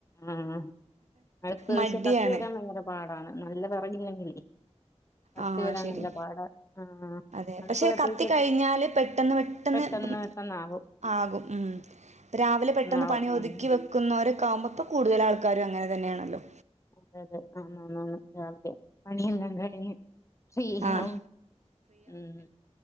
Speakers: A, on the left; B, on the right.
A: ആഹ് അടുപ്പ്
B: മടിയാണ്
A: പക്ഷെ കത്തി വരാൻ ഭയങ്കര പാടാണ് നല്ല <unintelligible> കത്തി
B: ആഹ്
A: വരാൻ
B: ശരി
A: നല്ല പാട ആഹ്
B: അതെ
A: അടുപ്പ്
B: പക്ഷെ
A: കത്തിച്ചാ
B: കത്തി കഴിഞ്ഞാല് പെട്ടെന്ന്
A: പെട്ടെന്ന്
B: ഇപ്പം
A: അന്നാവോ
B: ആകും ഉം ഇപ്പ രാവിലെ പെട്ടെന്ന്
A: പെട്ടെന്നാവും
B: പണി ഒതുക്കി
A: ഉം
B: നിക്കുന്നവരൊക്കാകുമ്പോ ഇപ്പോ കൂടുതൽ ആൾക്കാരും അങ്ങനെ തന്നാണല്ലോ
A: അതെ അതെ അന്നാ അന്നാ അന്നാന് രാവിലെ പണിയെല്ലാം കഴിഞ്ഞ് ഫ്രി
B: ആഹ്
A: ആവും ഉം